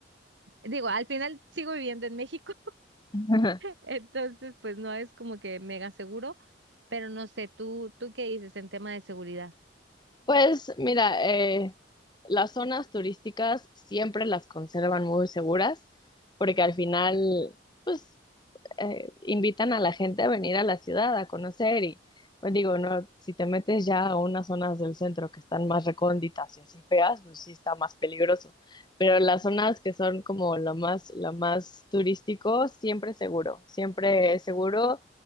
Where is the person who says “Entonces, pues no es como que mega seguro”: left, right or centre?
Right